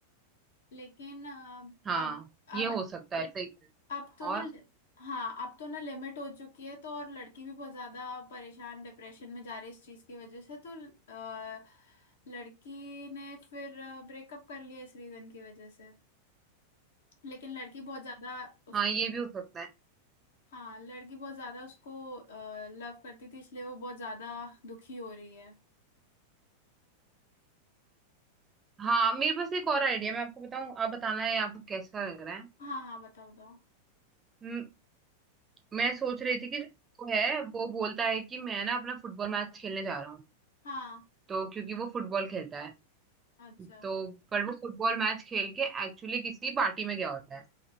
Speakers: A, on the left; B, on the right.
A: लेकिन अ,
B: हाँ
A: अब अब
B: ये हो सकता है सही है
A: अब तो
B: और
A: ना हाँ अब तो ना लिमिट हो चुकी है तो और लड़की भी बहुत ज्यादा परेशान डिप्रेशन में जा रही है इस चीज की वजह से तो अ, लड़की ने फिर ब्रेकअप कर लिया इस रीजन की वजह से लेकिन लड़की बहुत ज्यादा उसको
B: हाँ ये भी हो सकता है
A: हाँ लड़की बहुत ज्यादा उसको लव करती थी इसलिए वो बहुत ज्यादा दुखी हो रही है
B: हाँ मेरे पास एक और आइडिया मैं आपको बताऊं आप बताना है आपको कैसा लग रहा है
A: हाँ हाँ बताओ बताओ
B: म- मैं सोच रही थी कि जो वो है वो बोलता है कि मैं ना अपना फुटबॉल मैच खेलने जा रहा हूँ
A: हाँ
B: तो क्योंकि वो फुटबॉल खेलता है
A: अच्छा
B: तो पर वो फुटबॉल मैच खेल के एक्चुअली किसी पार्टी में गया होता है